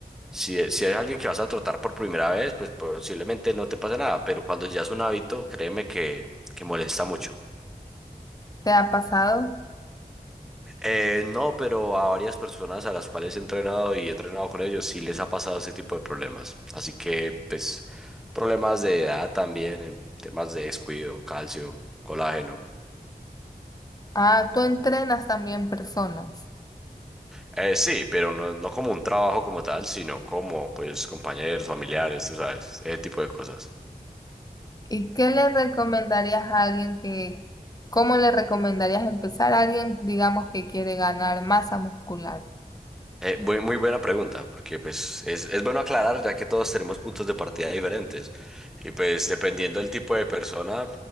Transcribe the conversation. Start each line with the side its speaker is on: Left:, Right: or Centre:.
Centre: si, si hay alguien que vas a trotar por primera vez, pues posiblemente no te pase nada, pero cuando ya es un hábito, créeme que, que molesta mucho.
Left: ¿te ha pasado?
Centre: Eh, no, pero a varias personas a las cuales he entrenado y he entrenado con ellos sí les ha pasado ese tipo de problemas. Así que, pues, problemas de edad también, en temas de descuido, calcio, colágeno.
Left: Ah, tú entrenas también personas.
Centre: Eh, sí, pero no, no como un trabajo como tal, sino como pues compañeros, familiares, tú sabes, ese tipo de cosas.
Left: ¿Y qué le recomendarías a alguien que, cómo le recomendarías empezar a alguien, digamos, que quiere ganar masa muscular?
Centre: Eh, bu- muy buena pregunta, porque pues es, es bueno aclarar ya que todos tenemos puntos de partida diferentes y pues dependiendo del tipo de persona